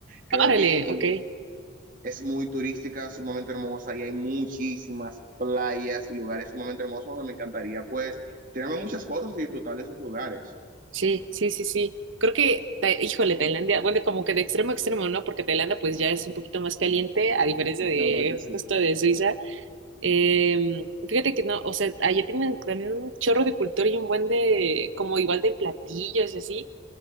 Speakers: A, on the right (about 45°); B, on the right (about 80°).
A: Creo
B: Órale,
A: que eh,
B: ok,
A: es muy turística, sumamente hermosa y hay muchísimas playas y lugares sumamente hermosos donde me encantaría pues tirarme muchas fotos y disfrutar de esos lugares.
B: sí, sí, sí, sí. Creo que, Ta- híjole, Tailandia, bueno, como que de extremo a extremo, ¿no? Porque Tailandia pues ya es un poquito más caliente, a diferencia de
A: La verdad que sí.
B: justo de Suiza, Em, fíjate que no, o sea, allá tienen también un chorro de cultura y un buen de, como igual de platillos y así.